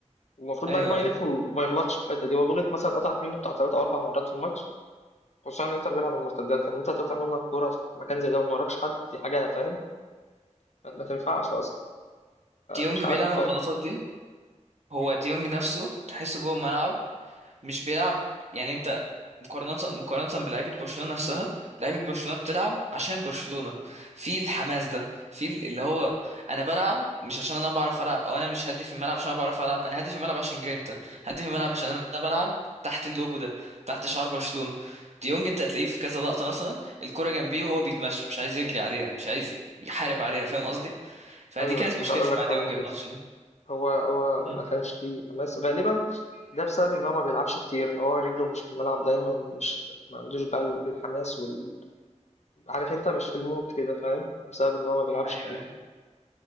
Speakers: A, on the left (about 65°); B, on the right (about 65°).
A: والمفروض
B: ايوه
A: بقى ان هو
B: ايوه
A: يلف وما يغلطش في الحته دي هو غلط مثلا اتقطعت منه بتاع ثلاث او اربع مرات في الماتش خصوصا ان انتر بيلعب على المرتدات فان انت تقطع منك كوره في مكان زي ده وما وراكش حد دي حاجه فاهم ما ما تنفعش اصلا
B: ديونج
A: مش عارف
B: بعيد عن الغلطات
A: بقى
B: دي هو
A: مم.
B: ديونج نفسه تحسه جوه الملعب مش بيلعب يعني انت مقارنة مقارنة بلعيبة برشلونة نفسها لعيبة برشلونة بتلعب عشان برشلونة في الحماس ده في ال- اللي هو انا بلعب مش عشان انا بعرف العب او انا مش هدي في الملعب عشان انا بعرف العب انا هدي في الملعب عشان جرينتا هدي في الملعب عشان انا بلعب تحت اللوجو ده تحت شعار برشلونة ديونج انت هتلاقيه في كذا لقطة مثلا الكرة جنبيه وهو بيتمشى مش عايز يجري عليها مش عايز يحارب عليها فاهم قصدي فدي
A: ايوه
B: كانت
A: انا كنت
B: مشكلتي
A: هقول لك
B: مع
A: فعلا
B: ديونج الماتش
A: كده
B: ده
A: هو هو
B: مم.
A: ما كانش فيه حماس غالبا ده بسبب ان هو ما بيلعبش كتير فهو رجله مش في الملعب دايما مش ما عندوش بقى الحماس وال عارف انت مش في المود كده فاهم بسبب ان هو ما بيلعبش
B: ايوه
A: كتير
B: ايوه